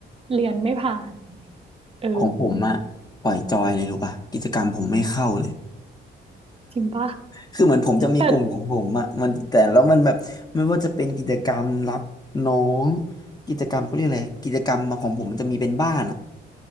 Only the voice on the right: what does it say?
เรียนไม่ผ่านอะไรเงี้ยเออ
จริงปะ
แต่